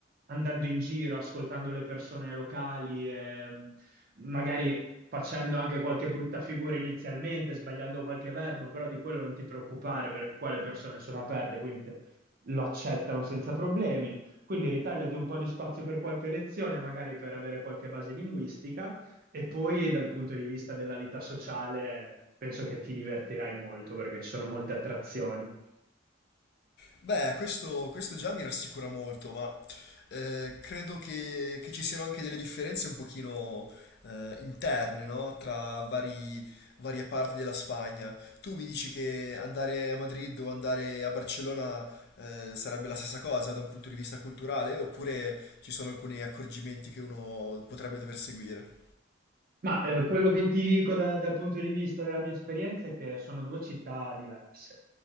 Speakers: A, on the right; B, on the left.
A: andando in giro, ascoltando le persone locali, ehm, magari facendo anche qualche brutta figura inizialmente, sbagliando qualche verbo, però di quello non ti preoccupare perché qua le persone sono aperte, quindi te- lo accettano senza problemi. Quindi ritagliati un po' di spazio per qualche lezione, magari per avere qualche base linguistica, e poi dal punto di vista della vita sociale penso che ti divertirai molto perché ci sono molte attrazioni.
B: Beh, questo, questo già mi rassicura molto, ma eh, credo che, che ci siano anche delle differenze un pochino eh, interne, no? Tra vari- varie parti della Spagna. Tu mi dici che andare a Madrid o andare a Barcellona eh, sarebbe la stessa cosa da un punto di vista culturale, oppure ci sono alcuni accorgimenti che uno potrebbe dover seguire?
A: Ma eh, quello che ti dico da- dal punto di vista della mia esperienza è che sono due città diverse,